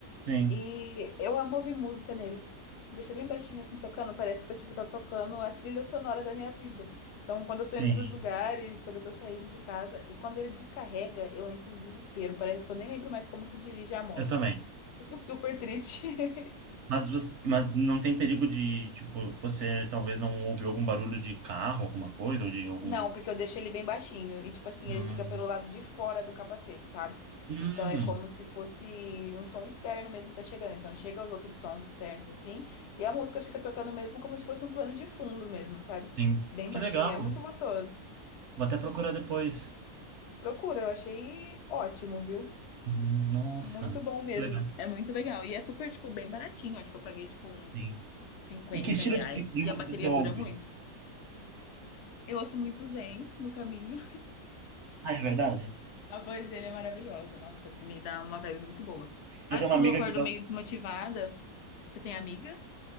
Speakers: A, on the right (about 65°); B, on the left (about 65°).
A: Sim,
B: E eu amo ouvir música nele. Deixa bem baixinho assim tocando, parece que tá, tipo, tá tocando a trilha sonora da minha vida. Então, quando eu
A: sim,
B: tô indo pros lugares, quando eu tô saindo de casa, e quando ele descarrega, eu entro em desespero. Parece que eu nem lembro mais como que dirige a moto.
A: eu também.
B: Fico super triste. <laughs>
A: Mas, você- mas não tem perigo de, tipo, você talvez não ouviu algum barulho de carro, alguma coisa, ou de algum.
B: Não, porque eu deixo ele bem baixinho. E, tipo assim,
A: Hum,
B: ele fica pelo lado de fora do capacete, sabe?
A: hum,
B: Então é como se fosse um som externo mesmo que tá chegando. Então chega os outros sons externos, assim. E a música fica tocando mesmo como se fosse um plano de fundo mesmo, sabe?
A: sim.
B: Bem
A: Que
B: baixinho.
A: legal.
B: É muito gostoso.
A: Vou até procurar depois.
B: Procura, eu achei ótimo, viu?
A: Hum, Nossa,
B: Muito bom mesmo.
A: que legal.
B: É muito legal. E é super, tipo, bem baratinho. Acho que eu paguei, tipo, uns
A: Sim.
B: 50
A: E que estilo
B: reais.
A: de, de
B: E
A: música
B: a bateria
A: você ouve?
B: dura muito. Eu ouço muito Zen no caminho.
A: Ah, é verdade?
B: A voz dele é maravilhosa, nossa, me dá uma vibe muito boa. Mas
A: Eu tenho
B: quando
A: uma amiga
B: eu acordo
A: que gosta.
B: meio desmotivada, você tem amiga?